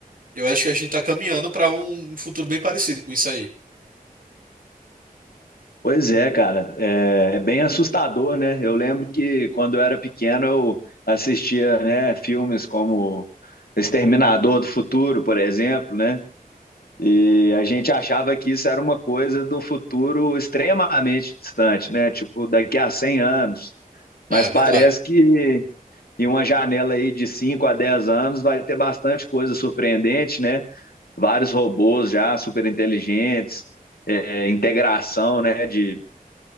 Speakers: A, on the right; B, on the left.
A: Eu acho que a gente tá caminhando para um um futuro bem parecido com isso aí.
B: Pois é, cara, é, é bem assustador, né? Eu lembro que quando eu era pequeno eu assistia, né, filmes como Exterminador do Futuro, por exemplo, né? E a gente achava que isso era uma coisa do futuro extremamente distante, né? Tipo, daqui a 100 anos. Mas
A: É
B: parece
A: verdade,
B: que em uma janela aí de 5 a 10 anos vai ter bastante coisa surpreendente, né? Vários robôs já super inteligentes, é, integração né, de